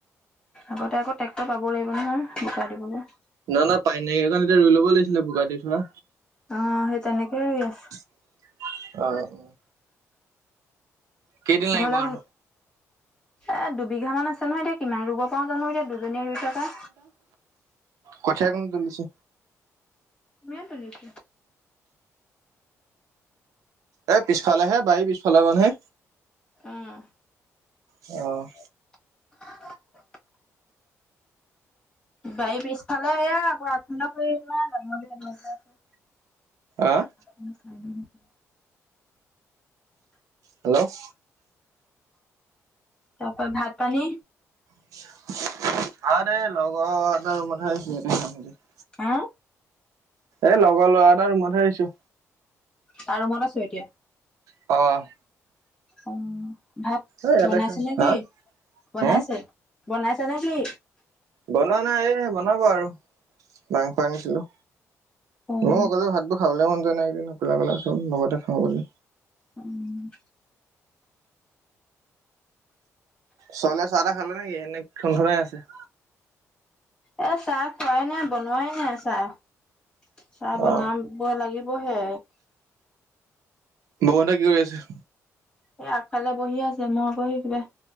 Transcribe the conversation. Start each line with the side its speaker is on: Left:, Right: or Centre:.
Left: আগতে আকৌ ট্ৰেক্টৰ পাবৌ লাগিব নহয়, বোকা দিবলে।
Right: নহয়-নহয় পানী নাইকীয়াকণ ৰুই ল'ব লাগিছিলে বোকাদি থোৱা।
Left: অ, সেই তেনেকে এছ
Right: অহ-অহ, কেইদিন লাগিব
Left: ঘৰলে
Right: আৰু?
Left: গল এ দুবিঘা মান আছে নহয়, এতিয়া কিমান ৰুব পাওঁ জানো এতিয়া দুজনীয়ে ৰুই থকা।
Right: কঠীয়া কোনে তুলিছে?
Left: ময়েই তুলিছো।
Right: এ পিছফালেহে বাৰী পিছফালে মানহে।
Left: উম,
Right: অ',
Left: <inaudible> বাই পিছফালে এইয়া আকৌ <unintelligible> এনেকে আছে। <inaudible>
Right: আ',
Left: <inaudible>
Right: হেল্ল'
Left: তাৰপা ভাত পানী
Right: আৰে লগত আৰু <unintelligible>
Left: হাঁ?
Right: এ লগৰ লৰা এটা ৰুমত হে আহিছোঁ।
Left: তাৰ ৰুমত আছ' এতিয়া?
Right: অ',
Left: অ', ভাত
Right: এই ইয়াতে
Left: বনাইছে
Right: খাম।
Left: নে কি
Right: হা
Left: বনাইছে?
Right: হুম
Left: বনাইছা নে কি?
Right: বনোৱা নাই এ বনাব আৰু। মাংস আনিছিলোঁ,
Left: উম,
Right: মই অকলে ভাততো খাবলৈ মন জোৱা নাই, কিনু অকলে অকলে খাম লগতে খাওঁ বুলি
Left: উম,
Right: চোৱলে চাহ তাহ খালে নেকি, এনে <unintelligible> আছে।
Left: এ চাহ খোৱাই নাই বনোৱাই নাই চাহ চাহ বনাব
Right: অ
Left: লাগিবহে।
Right: <unintelligible> কি কৰি আছে?
Left: এ আগফালে বহি আছে মই আকৌ হে কিবা